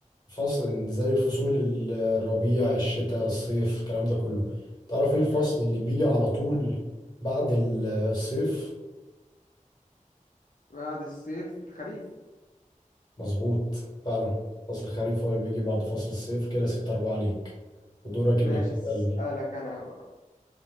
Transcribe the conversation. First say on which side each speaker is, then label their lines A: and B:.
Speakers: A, on the left; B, on the left.
A: فصل إن زي الفصول ال- الربيع الشتاء الصيف الكلام ده كله تعرف إيه الفصل
B: مم.
A: اللي بيجي على طول بعد ال- الصيف؟
B: بعد الصيف الخريف
A: مظبوط فعلا فصل الخريف هو اللي بيجي بعد فصل الصيف كده ستة أربعة ليك ودورك
B: ماشي
A: إنك تسألني
B: اسألك أنا بقى